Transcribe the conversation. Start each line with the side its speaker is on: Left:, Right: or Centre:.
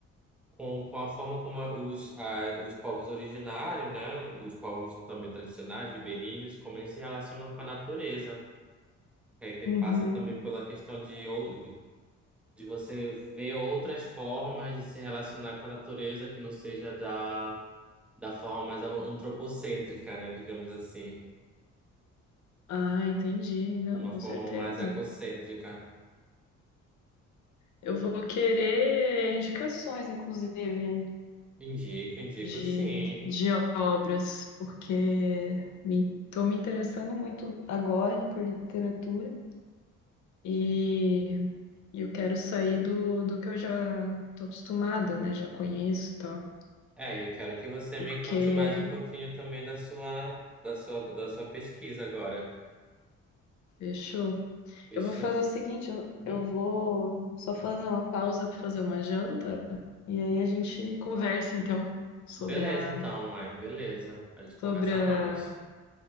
Centre: com, com a forma como a- os, a- os povos originários, né, os povos também tradicionais, ribeirinhos, como eles se relacionam com a natureza. Que aí perpassa
Left: Uhum.
Centre: também pela questão de, ou- de você ver outras formas de se relacionar com a natureza que não seja da, da forma mais antropocêntrica, né, digamos assim,
Left: Ah, entendi. Não,
Centre: uma
Left: com
Centre: forma
Left: certeza.
Centre: mais ecocêntrica.
Left: Eu vou querer indicações, inclusive,
Centre: Indico, indico
Left: de,
Centre: sim.
Left: de obras, porque me, tô me interessando muito agora por literatura e e eu quero sair do, do que eu já tô acostumada, né? Já conheço e tal.
Centre: É, eu quero que você
Left: Porque
Centre: me conte mais um pouquinho também da sua, da sua, da sua pesquisa agora.
Left: Fechou.
Centre: Deixa
Left: Eu vou fazer
Centre: eu.
Left: o seguinte, eu, eu
Centre: Hum?
Left: vou só fazer uma pausa para fazer uma janta e aí a gente conversa então sobre
Centre: Beleza,
Left: a
Centre: então, mãe. Beleza. A gente conversa
Left: sobre a,
Centre: mais.